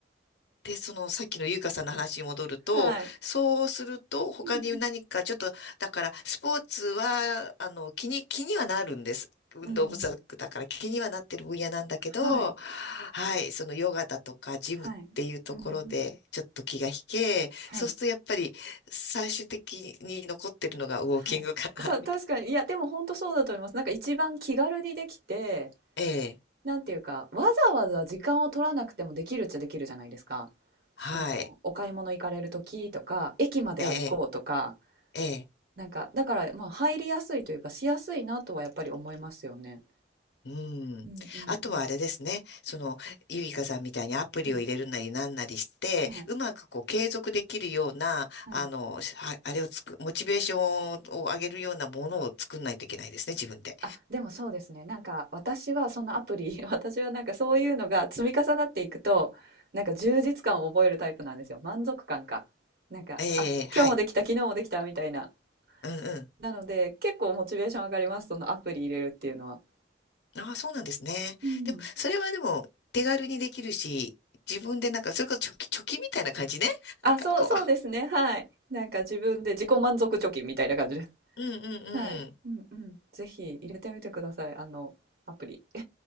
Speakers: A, on the left; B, on the right.
A: で、そのさっきの優香さんの話に戻ると、
B: はい。
A: そうすると他に何かちょっと、
B: うん
A: だからスポーツは、あの、気に、気にはなるんです。運動不足だから気にはなってる分野なんだけど、
B: うん。うん。はい。
A: はい、そのヨガだとかジムっていうところでちょっと気が引け、
B: はい。うんうん。はい。
A: そうするとやっぱり最終的に残ってるのがウォーキングかな、
B: はい。そう、
A: みたい
B: 確かに。いや、でも本当そうだと思います。なんか一番気軽にできて、
A: な。ええ、
B: なんていうか、わざわざ時間を取らなくてもできるっちゃできるじゃないですか。
A: はい、
B: その、お買い物行かれる時とか、駅まで歩こうとか、
A: ええ、ええ。
B: なんか、だから、まあ、入りやすいというか、しやすいなとはやっぱり思いますよね。
A: うん。
B: うんうんうん。
A: あとはあれですね。その、ゆいかさんみたいにアプリを入れるなりなんなりして、
B: はい。はい。
A: うまくこう継続できるような、
B: はい。
A: あの、はあれをつく、モチベーションを上げるようなものを作んないといけないですね、自分で。
B: あ、でもそうですね。なんか私はそのアプリ、<laughs> 私はなんかそういうのが積み重なっていくと、なんか充実感を覚えるタイプなんですよ。満足感か。なんか、
A: ええ、
B: あ、
A: はい。
B: 今日もできた、昨日もできたみたいな。
A: うんうん。
B: なので、結構モチベーション上がります。そのアプリ入れるっていうのは。
A: ああ、そうなんですね。
B: うん。
A: でも、それはでも、手軽にできるし、自分でなんか、それこそ貯金、貯金みたいな感じね。
B: あ、
A: なんかこ
B: そうそうですね。はい。なんか自分で自己満足貯金みたいな感じです。
A: う。うん
B: はい。
A: うん
B: うんうん。ぜひ入れてみてください。あの、アプリ。